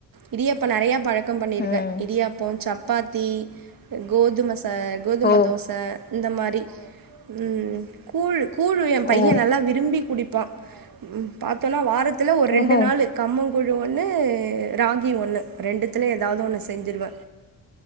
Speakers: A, on the right; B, on the left.
A: இடியாப்ப நெறைய பழக் கம் பண்ணிருக்கே
B: ம்
A: இடியாப்பம் சப்பாத்தி கோதும ச கோதும
B: ஓ
A: தோச இந்த மாரி ம் கூழ் கூழ் ஏ பைய
B: ஓ
A: நல்லா விரும்பி குடிப்பா பாத்தோன்னா வாரத்துல ஒரு ரெண்டு
B: ஓஹோ
A: நாளு கம்ம கூழு ஒண்ணு ராகி ஒண்ணு ரெண்டுத்துலயு ஏதாவது ஒன்னு செஞ்சுருவே